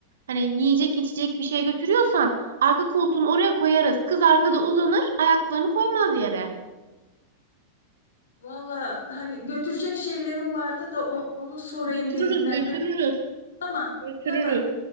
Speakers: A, on the right; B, on the left.
A: Hani yiyecek içecek bir şey götürüyorsan arka koltuğun oraya koyarız. Kız arkada uzanır, ayaklarını koymaz yere.
B: Valla hani götürecek şeylerim vardı da o- onu sorayım
A: Götürürüz,
B: dedim ben.
A: götürürüz,
B: Hani tamam,
A: götürürüz.
B: tamam.